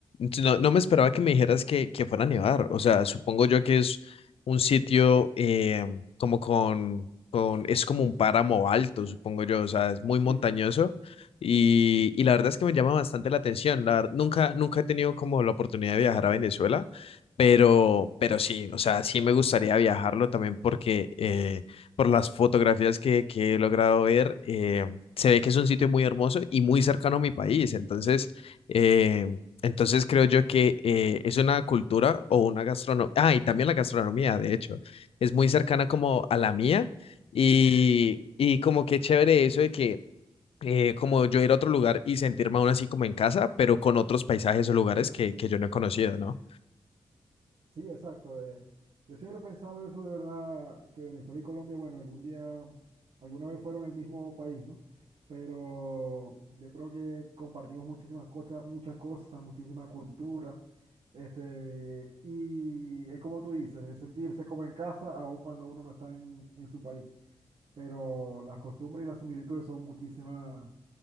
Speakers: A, on the left; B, on the right.
A: si no, no me esperaba que me dijeras que, que fuera a nevar. O sea, supongo yo que es un sitio eh, como con, con, es como un páramo alto, supongo yo. O sea, es muy
B: Sí.
A: montañoso y,
B: Sí,
A: y la verdad es que me llama bastante la atención. La, ver- nunca, nunca he tenido como la oportunidad de viajar a Venezuela, pero, pero sí, o sea, sí me gustaría viajarlo también porque eh, por las fotografías que, que he logrado ver. eh, se ve que es un sitio muy hermoso y muy cercano a mi país. Entonces, eh, entonces creo yo que eh, es una cultura o una gastronomía. Ah, y también la gastronomía, de hecho, es
B: sí.
A: muy cercana como a la mía. Y,
B: ujú.
A: y como que chévere eso de que eh, como yo ir a otro lugar y sentirme aún así como en casa, pero con otros paisajes o lugares que, que yo no he conocido, ¿no?
B: Sí, exacto. eh, Yo siempre he pensado eso de verdad, que Venezuela y Colombia, bueno, algún día, alguna vez fueron el mismo país, ¿no? Pero yo creo que compartimos muchísimas cosas, muchas cosas, muchísima cultura. Este, y es como tú dices, es sentirse como en casa, aun cuando uno no está en, en su país. Pero las costumbres y las similitudes son muchísimas,